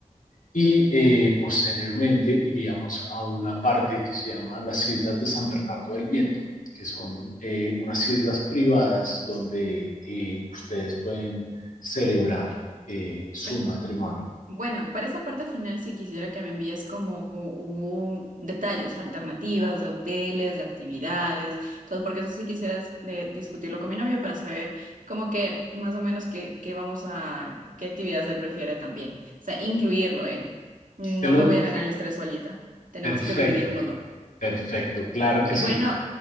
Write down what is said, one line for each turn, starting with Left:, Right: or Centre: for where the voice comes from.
Left: y eh, posteriormente iríamos a una parte que se llama las Islas de San Bernardo del Viento, que son eh, unas islas privadas donde eh, ustedes pueden celebrar eh, su
Right: Bueno,
Left: matrimonio.
Right: Bueno, para esa parte final sí quisiera que me envíes como un detalles, alternativas de hoteles, de actividades, todo, porque eso sí quisiera dis- de- discutirlo con mi novio para saber como que más o menos qué, qué vamos a, qué actividades él prefiere también. O sea, incluirlo en, no
Left: Te lo
Right: me voy a ganar el estrés solita, tenemos
Left: Perfecto,
Right: que dividirnoslo.
Left: perfecto. Claro que
Right: Y
Left: sí.
Right: bueno,